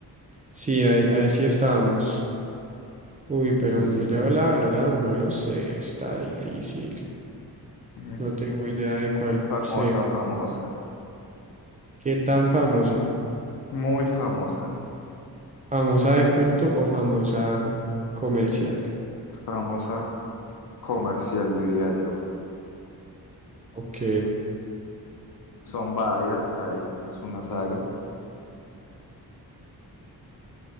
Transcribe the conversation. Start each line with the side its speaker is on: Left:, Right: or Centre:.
Right: Sí, ahí, ahí sí estábamos. Uy, pero
Left: Listo.
Right: yo leo la verdad, no lo sé, está difícil.
Left: Ujú.
Right: No tengo idea de cuál
Left: Famosa,
Right: sea.
Left: famosa.
Right: ¿Qué tan famosa?
Left: Muy famosa.
Right: ¿Famosa de culto o famosa comercial?
Left: Famosa comercial, diría yo.
Right: Ok.
Left: Son varias ahí. Es una saga.